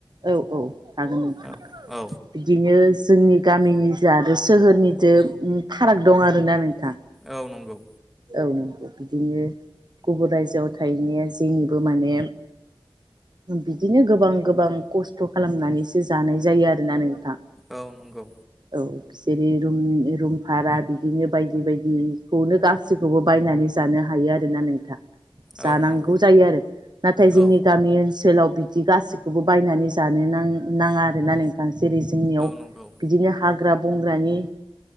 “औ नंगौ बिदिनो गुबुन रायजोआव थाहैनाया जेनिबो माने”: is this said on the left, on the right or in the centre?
Right